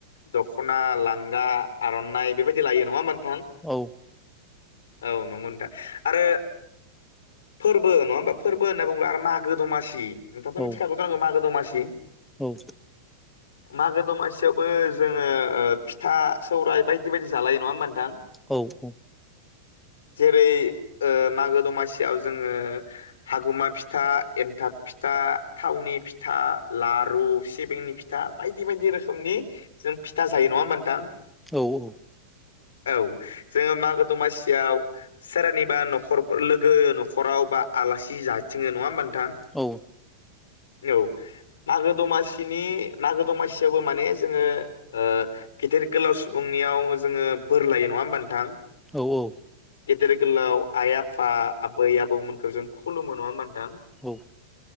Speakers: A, on the left (about 85°); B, in the centre.
A: दख'ना लांगा आर'नाइ बेबायदि लायो नङा होमबा नोंथां
B: औ
A: औ नंगौथा आरो फोरबो नङा होमबा फोरबो होनना बुङोब्ला आरो मागो दमासि नोंथाथ
B: औ
A: मिथिखागो जानांगौ मागो दमासि
B: औ
A: मागो दमासियावबो जोङो फिथा सौरायाइ बायदि बायदि जालायो नङा होमबा नोंथां
B: औ औ
A: जेरै ओ मागो दमासि याव जोङो हागुमा फिथा एन्थाब फिथा थावनि फिथा लारु सिबिंनि फिथा बायदि बायदि रोखोमनि जों फिथा जायो नङा होमबा नोंथां
B: औ
A: औ जोङो मागो दमासियाव सोरानिबा न'खर लोगो न'खराव बा आलासि जाथिङो नङा होमबा नों
B: औ
A: औ मागो दमासिनि मागो दमासियावबो माने जोङो ओ गेदेर गोलाव सुबुंनियाव जोङो बोर लायो नङा होमबा नोंथां
B: औ औ
A: गेदेर गोलाव आइ आफा आबै आबौमोनखौ जों खुलुम मोनो नङा होमबा नोंथां थां
B: औ